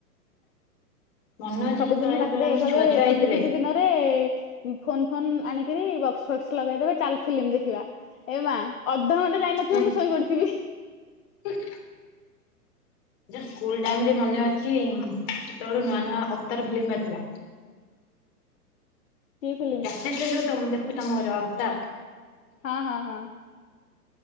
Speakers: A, on the left; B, on the left.
A: ମନେ ଅଛି
B: ସବୁଦିନ
A: ସେତେବେଳେ
B: ରାତିରେ
A: ଯେତେବେଳେ ଆମେ
B: ୟେକଲେ
A: ଛୁଆ ଛୁଆ ହେଇଥିଲେ
B: ଛୁଟି ଫୁଟି ବି ନ ଯେଫୋନ୍ ଫୋନ୍ ଆଣିକିରି ବକ୍ସ୍ ଫକ୍ସ୍ ଲଗେଇଦେବେ ଚାଲେ ଫିଲ୍ମି ଦେଖିବା। ଏ ମା ଅଧଘଣ୍ଟେ ଯାଇନଥିବ
A: ହେଁ
B: ମୁଁ ଶୋଇପଡିଥିମି।
A: <inaudible> ଜଷ୍ଟ୍ ସ୍କୁଲ ଟାଇମି ରେ ମନେ ଅଛି ସେତେବେଳେ ନୂଆ ନୂଆ ଅତର ଫିଲ୍ମି ବାହାରିଥିଲା।
B: କି ଫିଲ୍ମି?
A: କେତେଦୁରୁ ତମର ଦେଖୁଚିତମର ଆବ ତା
B: ହଁ ହଁ ହଁ।